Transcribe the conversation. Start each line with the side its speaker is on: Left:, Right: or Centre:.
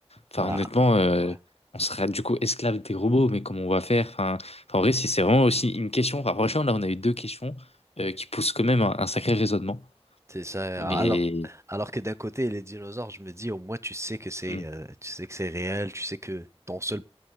Left: Enfin,
Right: ah,
Left: honnêtement, euh,
Right: ouais.
Left: on sera du coup esclave des robots, mais comment on va faire? Enfin, enfin, en vrai, si c'est vraiment aussi une question. Enfin, franchement, là, on a eu deux questions euh, qui poussent quand même un, un sacré raisonnement.
Right: C'est ça.
Left: Mais.
Right: Alors alors que d'un côté les dinosaures, je me dis au moins tu sais que c'est
Left: hmm.
Right: euh, tu sais que c'est réel. Tu sais que ton seul